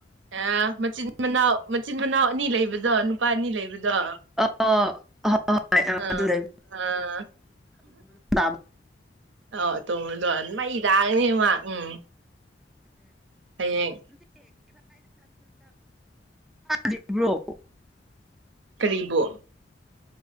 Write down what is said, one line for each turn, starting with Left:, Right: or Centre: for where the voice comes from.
Right: ꯑ ꯃꯆꯤꯟ ꯃꯅꯥꯎ ꯃꯆꯤꯟ ꯃꯅꯥꯎ ꯑꯅꯤ ꯂꯩꯕꯗꯣ ꯅꯨꯄꯥ ꯑꯅꯤ ꯂꯩꯕꯗꯣ
Centre: ꯑ ꯍ ꯍꯣꯏ
Right: ꯑꯥ
Centre: ꯑꯗꯨ ꯂꯩ
Right: ꯑꯥ
Centre: ꯑ
Right: ꯑ ꯇꯣꯕꯗꯣ ꯃꯩ ꯇꯥꯛꯒꯅꯦ ꯃꯥ ꯎꯝ ꯍꯌꯦꯡ
Centre: ꯭ꯔꯤꯕ꯭ꯔꯣ <unintelligible>
Right: ꯀꯔꯤꯕꯣ